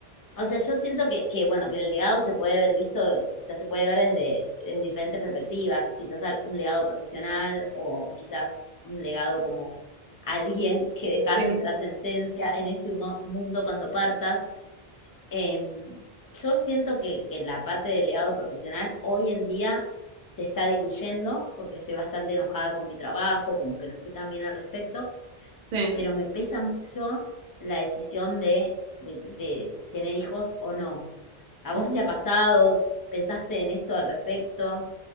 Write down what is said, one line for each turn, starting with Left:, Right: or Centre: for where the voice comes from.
Left: O sea, yo siento que, que, bueno, que el legado se puede haber visto, o sea, se puede ver desde, desde diferentes perspectivas, quizás al- un legado profesional o quizás un legado como alguien que dejas
Right: Sí,
Left: en sentencia en este humo- mundo cuando partas. Em, yo siento que, que la parte del legado profesional hoy en día se está diluyendo porque estoy bastante enojada con mi trabajo, como que no estoy tan bien al respecto,
Right: sí.
Left: pero me pesa mucho la decisión de, de- de- de tener hijos o no. ¿A
Right: Mm.
Left: vos te ha pasado? ¿Pensaste en esto al respecto?